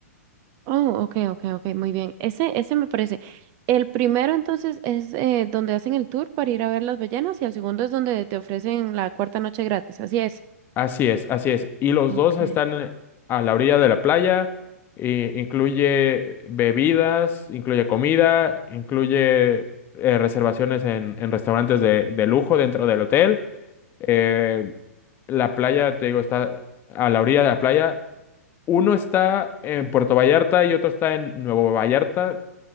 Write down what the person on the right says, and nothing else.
Oh, ok, ok, ok, muy bien. Ese, ese me parece. El primero entonces es eh, donde hacen el tour para ir a ver las ballenas y el segundo es donde te ofrecen la cuarta noche gratis, así es.
Ok.